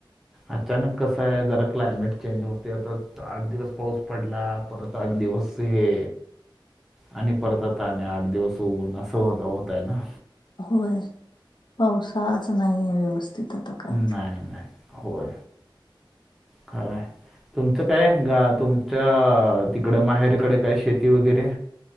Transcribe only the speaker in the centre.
अचानक कस आहे जरा. क्लायमेट चेंज होते आता आठ दिवस पाऊस पडला परत आठ दिवस हे आणि परत आता आठ दिवस होऊन असं हो होतय ना.
नाही नाही होय खर हाय. तुमचं काय ग तुमच्या तिकड माहेरकडे काय शेती वगैरे.